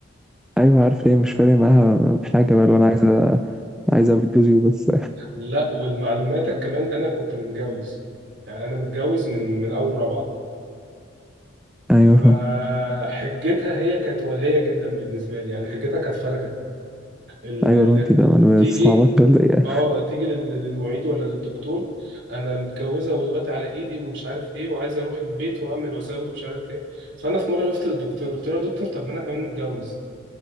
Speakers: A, in the centre; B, on the right.
A: أيوة عارف ليه مش فارق معاها حاجة بقى لو أنا عايزة عايزة أبيض جوزي وبس
B: لا والمعلوماتك كمان انا كنت متجوز يعني انا متجوز من من اول رابعة
A: أيوة
B: فحجتها
A: فاهم
B: هي كانت واهية جدا بالنسبة لي يعني حجتها كانت فارغة اللي
A: أيوة لو أنت بقى أنا
B: تيجي
A: بتستعبطي ولا إيه
B: اه تيجي لل- للمعيد ولا للدكتور انا متجوزه والواد على ايدي ومش عارف ايه وعايزه اروح البيت واعمل واسوي ومش عارف ايه فانا في مره وقفت للدكتور قلت له يا دكتور طب ما انا كمان متجوز